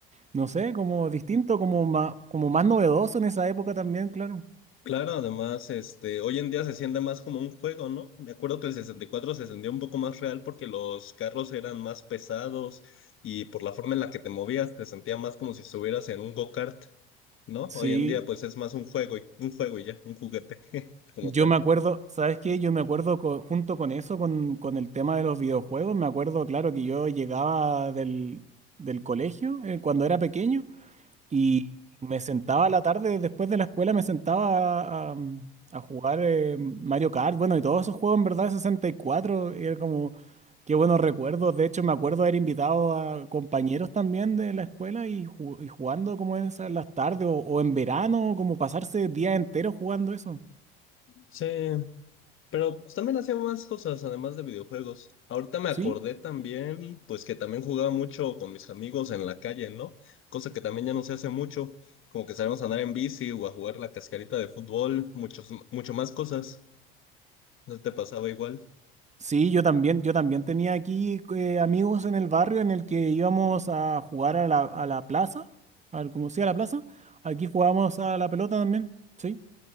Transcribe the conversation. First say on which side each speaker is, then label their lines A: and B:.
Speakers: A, on the right; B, on the left.
A: no sé, como distinto, como más, como más novedoso en esa época también, claro.
B: Claro, además, este, hoy en día se siente más como un juego, ¿no? Me acuerdo que el sesenta y cuatro se sentía un poco más real porque los carros eran más pesados y por la forma en la que te movías te sentía más como si estuvieras en un go-kart, ¿no?
A: Sí,
B: Hoy en día pues es más un juego y un juego y ya, un juguete <laughs> como
A: Yo
B: tal.
A: me acuerdo, ¿sabes qué? Yo me acuerdo co- junto con eso, con, con el tema de los videojuegos, me acuerdo, claro, que yo llegaba del, del colegio eh, cuando era pequeño y me sentaba a la tarde después de la escuela, me sentaba a, a, mm, a jugar eh, Mario Kart, bueno, y todos esos juegos en verdad de 64, y cuatro, y era como, qué buenos recuerdos, de hecho me acuerdo haber invitado a compañeros también de la escuela y, ju- y jugando como en esas las tardes o, o en verano, como pasarse días enteros jugando eso,
B: Sí, pero pues también hacía más cosas además de videojuegos. Ahorita me acordé
A: ¿sí?
B: también, pues que también jugaba mucho con mis amigos en la calle, ¿no? Cosa que también ya no se hace mucho, como que sabemos andar en bici o a jugar la cascarita de fútbol, muchos, mucho más cosas. ¿No te pasaba igual?
A: Sí, yo también, yo también tenía aquí eh, amigos en el barrio en el que íbamos a jugar a la, a la plaza, al, como sea la plaza, aquí jugábamos a la pelota también, sí.